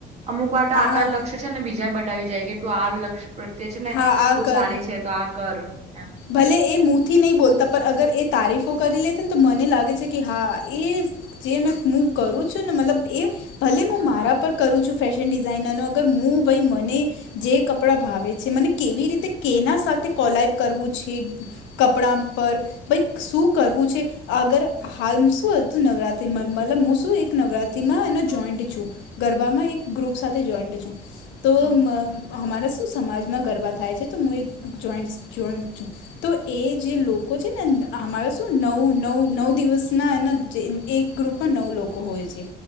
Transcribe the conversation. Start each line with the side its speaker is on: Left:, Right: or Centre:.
Right: અમુક વાર તો
Left: હા
Right: આટા લક્ષ છે ને બીજા બટાવી જાય કે તું આ લક્ષ્ય પ્રત્યે છે ને
Left: હા આ
Right: બહુ
Left: કર
Right: સારી છે તો આ કર એમ.
Left: ભલે એ મુથી નહી બોલતા પણ અગર એ તારીફો કરી લેત ને તો મને લાગે છે કે હા એ જે મેં હું કરું છું ને મતલબ એ ભલે હું
Right: હા
Left: મારા
Right: હા
Left: પર કરું છું ફેશન ડિઝાઇનર નો અગર હું ભઈ મને જે કપડાં ભાવે છે મને કેવી રીતે કેના સાથે કોલાઈબ કરવું છે કપડા પર ભાઈ શું કરવું છે અગર હાલ શું હતું નવરાત્રીમાં મતલબ હું શું? એક નવરાત્રીમાં એનો જોઈન્ટ છું ગરબામાં એક ગ્રુપ સાથે જોઈન્ટ છું તો
Right: હા હા
Left: અમારા શું સમાજમાં ગરબા થાય છે તો હું એક જોઈન્ટ જોઈન્ટ ચુપ તો એ જે લોકો છે ને અમારે શું નવ નવ નવ દિવસના એને જે એક ગ્રુપમાં નવ લોકો હોય છે